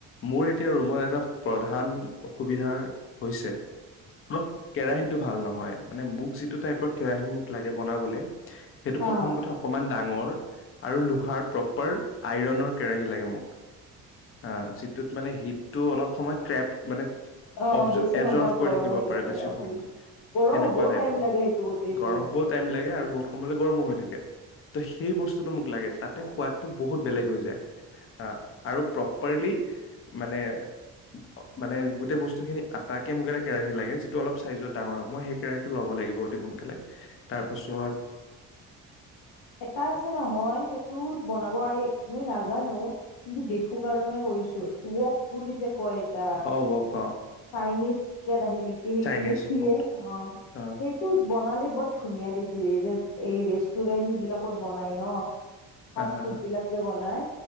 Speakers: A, on the left; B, on the left.
A: মোৰ এতিয়া ৰুমত এটা প্ৰধান অসুবিধাৰ হৈছে। মোক, কেৰাহীটো ভাল নহয় মানে মোক যিটো টাইপৰ কেৰাহী মোক লাগে বনাবলে। সেইটো
B: হা
A: প্ৰথম কথা। অকমান ডাঙৰ আৰু লোহাৰ প্ৰপাৰ আইৰনৰ কেৰাহী লাগে মোক। হা, যিটোত মানে হিপটো অলপ সময় ট্ৰেপ মানে
B: অ
A: অব,
B: বেছি
A: এবজৰ্ভ
B: সময়
A: কৰি
B: গৰম
A: থাকিব
B: হৈ
A: পাৰে
B: থাকে
A: বেছি
B: অ
A: সময়।
B: বুজিছো গৰম
A: সেনেকুৱা
B: হ'বও
A: টাইপৰ
B: টাইম লাগে সেইটো গোটেইটো
A: গৰম হ, বুত টাইম লাগে আৰু বহুত সময়লৈ গৰমো হৈ থাকে। ত, সেই বস্তুটো মোক লাগে তাতে সোৱাদটো বহুত বেলেগ হৈ যায়। আহ, আৰু প্ৰপাৰলি মানে। অ', মানে গোটেই বস্তু খিনি আটাকে মোক এটা কেৰাহী লাগে যিটো অলপ চাইজত ডাঙৰ হয় মই সেই কেৰাহীটো লগত লাগিব অতি সোনকালে তাৰপাছত।
B: এটা আছে নহয় সেইটো বনাব মই নাজানো কিন্তু দেখো কাৰণে। কৈছো, উৱৰক বুলি যে কয়। এটা
A: অ', উৱৰক।
B: চাইনিজ কে আহি নেকি সেইটো
A: চাইনিজ
B: নেখিয়ে
A: ফুড
B: অ
A: অ
B: সেইটো বনালে। বহুত ধুনীয়া দেখি এই যে এই ৰেষ্টুৰেণ্ট বিলাকত বনাই ন।
A: হা
B: ফাষ্ট
A: হা
B: ফুড বিলাক যে বনাই।